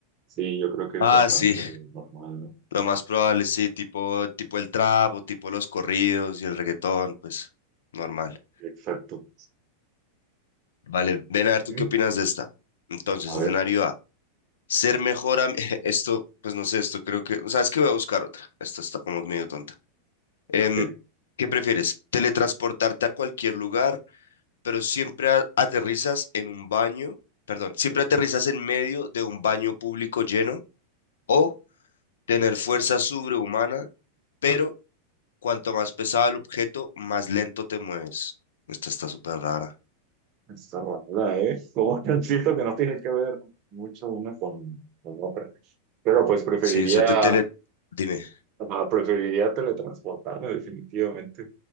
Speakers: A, on the right; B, on the left.
A: sí, yo creo que es
B: Ah,
A: bastante
B: sí,
A: normal, ¿no?
B: lo más probable, sí, tipo, tipo el trap o tipo los corridos y el reggaetón, pues normal.
A: Exacto.
B: Vale, ven a ver
A: Ujú.
B: tú qué opinas de esta. Entonces,
A: A
B: escenario
A: ver,
B: A, ser mejor am- <laughs> Esto, pues no sé, esto creo que... ¿Sabes qué? Voy a buscar otra. Esta está como medio tonta. Em,
A: ok.
B: ¿qué prefieres? ¿Teletransportarte a cualquier lugar pero siempre a- aterrizas en un baño, perdón, siempre aterrizas en medio de un baño público lleno o tener fuerza sobrehumana, pero cuanto más pesado el objeto, más lento te mueves. Esta está súper rara.
A: Está rara, ¿eh? Como <laughs> siento que no tiene que ver mucho una con, con otra. Pero pues preferiría,
B: Sí, o sea, te tele... Dime.
A: ah, preferiría teletransportarme definitivamente. O